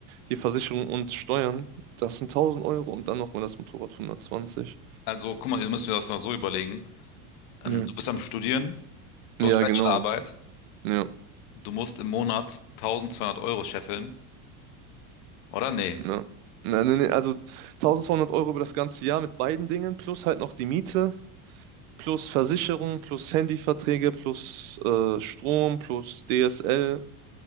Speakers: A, on the right; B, on the left.
A: die Versicherung und Steuern. Das sind 1000 Euro und dann nochmal das Motorrad 120.
B: also guck mal, ihr müsst mir das mal so überlegen. Ähm,
A: Ja,
B: du bist am Studieren, du
A: ja
B: hast Bachelorarbeit,
A: genau. Ja,
B: du musst im Monat 1200 Euro scheffeln, oder? Nee,
A: ja. Na, nee, nee, also 1200 Euro über das ganze Jahr mit beiden Dingen, plus halt noch die Miete, plus Versicherung, plus Handyverträge, plus äh, Strom, plus DSL.